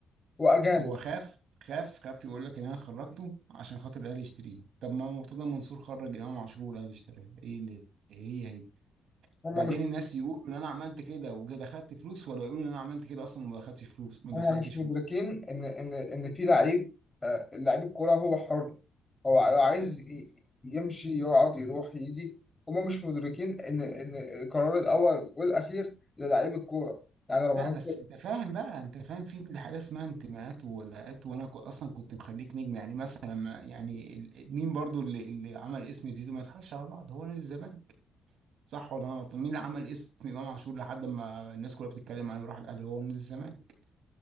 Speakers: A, on the left; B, on the right.
A: واجانب
B: هو خاف خاف خاف يقول لك ان انا خرجته عشان خاطر الاهلي يشتريه طب ما مرتضى منصور خرج امام عاشور والاهلي اشتراه ايه اللي إيه هي هي
A: هم
B: بعدين
A: مش
B: الناس يقولوا ان انا عملت كده وجا دخلت فلوس ولا يقولوا ان انا عملت كده اصلا وما دخلتش فلوس ما دخلتش
A: هم مش مدركين
B: فلوس
A: ان ان ان في لعيب آه، لعيب الكرة هو حر هو لو عايز ي- يمشي يقعد يروح يجي هم مش مدركين ان ان القرار الاول والاخير للعيب الكورة يعني رمضان
B: لا بس انت فاهم بقى انت فاهم في حاجه اسمها انتماءات وولاءات وانا كو- اصلا كنت مخليك نجم يعني مثلا ما- يعني ال- مين برضو اللي اللي عمل اسم زيزو ما يضحكش على بعض هو نادي الزمالك صح ولا انا غلطان مين اللي عمل اسم امام عاشور لحد ما الناس كلها بتتكلم عليه وراح الاهلي هو نادي الزمالك